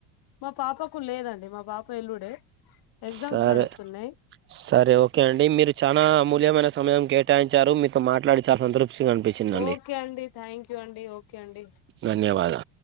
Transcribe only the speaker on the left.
మా పాపకు లేదండి మా పాప ఎల్లుడే ఎగ్జామ్స్
నడుస్తున్నాయి
ఓకే అండి థ్యాంక్ యూ అండి ఓకే అండి